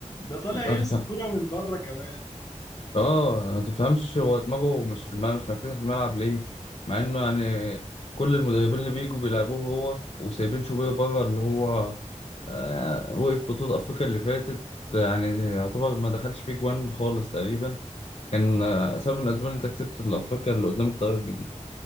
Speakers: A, on the left; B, on the left.
A: ده طالع يمسك
B: أتفهم
A: الكرة من بره كمان
B: آه ما تفهمش هو دماغه مش في الملعب مش مركزة في الملعب ليه مع إنه يعني كل المدربين اللي بيجوا بيلعبوه هو وسايبين شوبير بره اللي هو آه وقف بطولة أفريقيا اللي فاتت آه، يعني يعتبر ما دخلش فيه جوان خالص تقريبا كان آه، سبب من الأسباب إن أنت كسبت الأفريقيا اللي قدام الترجي دي